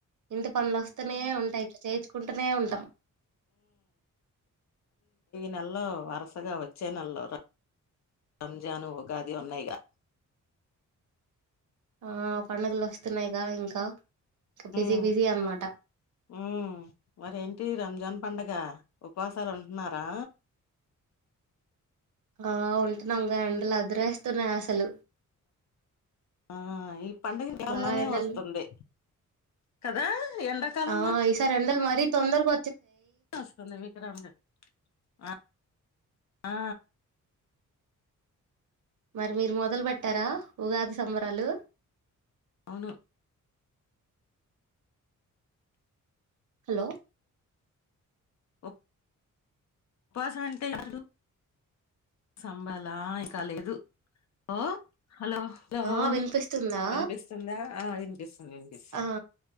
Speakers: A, on the right; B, on the left.
A: ఇంటి పండ్లోస్తనే ఉంటాయి ఇక చేయిచుకుంటునే ఉంటాం
B: నెల్లో వరసగా వచ్చే నెలో రంజాను ఉగాది ఉన్నయ్ గా
A: ఆ పండగలోస్తున్నయ్ గా ఇంకా ఇంకా బిజీ
B: మ్
A: బిజీ అనమాట
B: మ్ మరి ఏంటి రంజాన్ పండగ ఉపవాసాలు ఉంటున్నారా
A: ఆ ఉంటున్నాం గా ఎండలు అదిరేస్తున్నాయి అసలు
B: ఆ ఈ పండగ నెలల్లోనే
A: బా ఎండలు
B: వస్తుంది కదా ఎండాకాలంలోనే
A: ఆ ఈసారి ఎండలు మరీ తొందరగ
B: వస్తుంది విక్రమ్ ది ఆ ఆ
A: మరి మీరు మొదలు పెట్టారా ఉగాది సంబరాలు
B: అవును
A: హలో
B: ఉ ఉపాస అంటే ఎవరు సంబాలా ఇకా లేదు ఒ హలో లో
A: ఆ వినిపిస్తుందా
B: వినిపిస్తుందా ఆ వినిపిస్తుంది వినిపిస్తుంది
A: ఆ